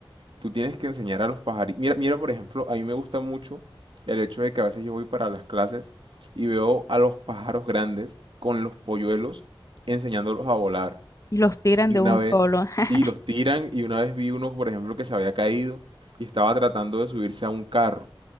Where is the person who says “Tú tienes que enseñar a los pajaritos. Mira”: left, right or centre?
Right